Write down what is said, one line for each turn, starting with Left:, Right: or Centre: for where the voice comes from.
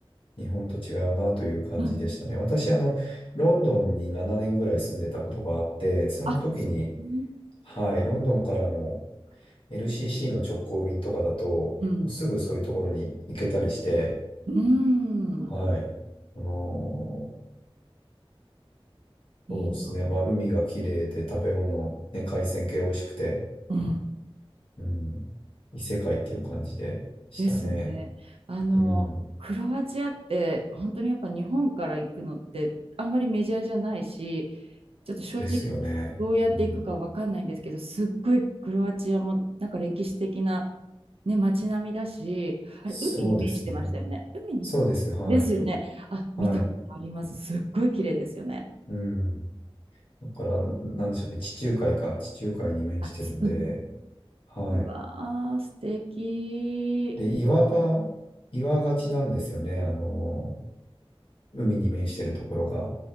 Left: 日本と違うなという感じでしたね。
Right: うん。
Left: 私、あの、ロンドンに7年ぐらい住んでたことがあって、その時に、
Right: あ、そう。
Left: はい、ロンドンからの LCC の直行便とかだと、
Right: うん、
Left: もうすぐそういうところに行けたりして、
Right: うん。
Left: はい、あの、
Right: いいな。
Left: そうですね、まあ、海が綺麗で食べ物、ね、海鮮系美味しくて、
Right: うん。
Left: うん。異世界っていう感じでしたね。
Right: ですね。あの、
Left: うん。
Right: クロアチアって本当にやっぱ日本から行くのってあんまりメジャーじゃないし、ちょっと正直
Left: ですよね。
Right: どうやって行くかわかんないんですけど、
Left: うん。
Right: すっごいクロアチアもなんか歴史的な、ね、街並みだし、あれ、
Left: そうですね。
Right: 海に面してましたよね。海に
Left: そうです。はい。
Right: ですよね。あ、
Left: はい。
Right: 見たことあります。すっごい綺麗ですよね。
Left: うん。だから、ななんでしょうね。地中海か。地中海に面してるんで。
Right: あ、うん
Left: はい。
Right: うわー、素敵。
Left: で、岩場、岩がちなんですよね。あの、海に面してるところが。